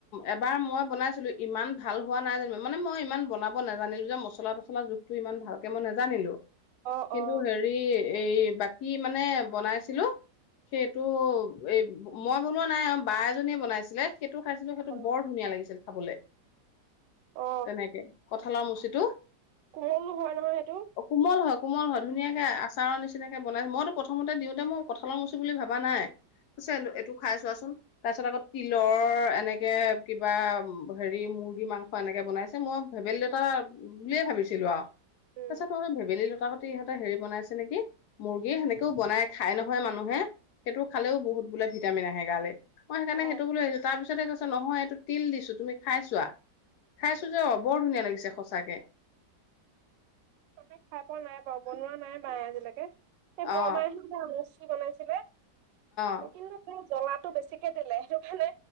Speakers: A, on the left; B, on the right.
A: এবাৰ মই বনাইছিলো, ইমান ভাল হোৱা নাই জানো মানে মই ইমান বনাব নোজানিলো যে মছলা তছলা জোখটো ইমান ভালকে মই নেজানিলো,
B: অ
A: কিন্তু,
B: অ
A: হেৰি এই বাকী মানে বনাইছিলো, সেইটো এই মই বনোৱা নাই আৰু বাই জনীয়ে বনাইছিলে। সেইটো খাইছিলো, সেইটো
B: অ
A: বৰ ধুনীয়া লাগিছিল। খাবলৈ,
B: অ
A: তেনেকে কঠালৰ মুচিটো,
B: কোমলো হয় নহয় সেইটো
A: কোমল হয় কোমল হয় ধুনীয়াকে আচাৰৰ নিচিনা যেনেকে বনাইছে, মইতো প্ৰথমতে দিওঁতে মই কঁঠালৰ মুচি বুলি ভাবা নাই, পছে এইটো খাই চোৱাচোন তাৰপিছত আকৌ তিলৰ এনেকৈ কিবা হেৰি মুৰ্গী মাংস এনেকৈ বনাইছে, মই ভেবেলী লতা বুলিয়ে ভাবিছিলোঁ আৰু,
B: উম
A: তাৰপাছত মই ভেবেলী লতা ইহঁতে হেৰি বনাইছে নেকি? মুৰ্গী সেনেকও বনাই খাই নহয়, হয়। মানুহে সেইটো খালেও বহুত বোলে ভিটামিন আহে গালে। মই সেইকাৰণ
B: অ
A: সেইটো বুলো তাৰপছতে ক নহয় এইটো তিল দিছো, তুমি খাইছোৱা। খাইছো যে অ' বৰ ধুনীয়া লাগিছে সচাকে।
B: মই খাই পোৱা নাই বাৰু বনোৱা নাই মাই আজিলৈকে। সেই বৰ
A: অ
B: মাইহে <unintelligible> কি বনাইছিলে?
A: অ
B: কিন্তু জ্বলাটো বেছিকে দিলে, সেইটো কাৰনে